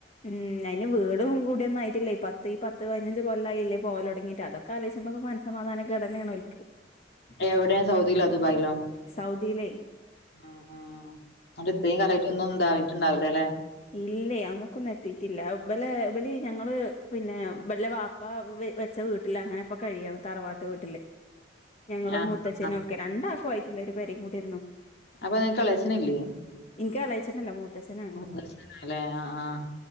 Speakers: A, on the left (about 35°); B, on the left (about 60°).
A: ഉം അതിന് വീടും കുടിയൊന്നും അയിട്ടില്ലേ പത്ത് ഈ പത്ത് പതിനഞ്ച് കൊല്ലായില്ലേ പോവല് തുടങ്ങീട്ട് അതൊ ക്കെ ആലോചിക്കുമ്പൊ മനസ്സമാധാനക്കേട് തന്നെയാണ് ഓൽക്ക്.
B: എവിടെയാ സൗദിയിലൊ ദുബായിലോ
A: സൗദിയില്.
B: ഉം ഉം അന്നിട്ട് ഇത്രയും കലമായിട്ട് ഒന്നും ഇണ്ടാവിട്ടുണ്ടാവില്ലേ അല്ലെ
A: ഇല്ലേ നമു ക്കൊന്നും എത്തീട്ടില്ല ഇബല് ഇബല് ഞങ്ങള് പിന്നെ ഇബലുടെ ബാപ്പ വെ ച്ച വീട്ടിലാ അങ്ങനിപ്പൊ കഴിയണ് തറവാട്ട് വീട്ടില് ഞങ്ങളും
B: ആഹ്
A: മൂത്തച്ഛനും
B: ആഹ്
A: ഒക്കെ രണ്ടാൾക്കുമായിട്ടുള്ള ഒരു പെരെയും കൂടിയായിന്നു
B: അപ്പൊ നിങ്ങക്ക് എളേച്ചനില്ലേ
A: എനിക്ക് എളേച്ചനില്ല മൂത്തച്ചനാണേ.
B: മൂത്തച്ചനാ അല്ലേ ആഹ് ആഹ്